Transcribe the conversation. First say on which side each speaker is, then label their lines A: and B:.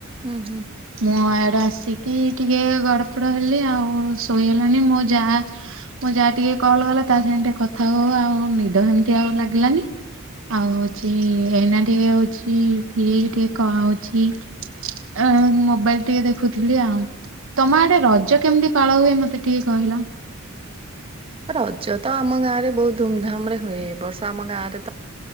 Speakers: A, on the right; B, on the right.
A: ହୁଁ ହୁଁ।
B: ମୁଁ ଆଡେ ଆସିକି ଟିକେ ଗଡପଡ ହେଲି ଆଉ ଶୋଇ ହେଲାନି ମୋ ଜା ମୋ ଯା ଟିକେ କଲ କଲା। ତା ସାଙ୍ଗେ ଟିକେ କଥା ହୋଉ ଆଉ ନିଦ ହେମିତି ଆଉ ଲାଗିଲାନି ଆଉ ହୋଉଛି ଏନା ଟିକେ ହୋଉଛି ଫ୍ରି ହେଇକି ଟିକେ କ ହୋଉଛି। ଆ ଆ ମୋବାଇଲ ଟିକେ ଦେଖୁଥିଲି ଆଉ। ତମ ଆଡେ ରଜ କେମିତି ପାଳ ହୁଏ ମତେ ଟିକେ କହିଲ?
A: ରଜ ତ ଆମ ଗାଁ ରେ ବହୁତ ଧୁମଧାମ ରେ ହୁଏ। ଏ ବର୍ଷ ଆମ ଗାଁରେ ତ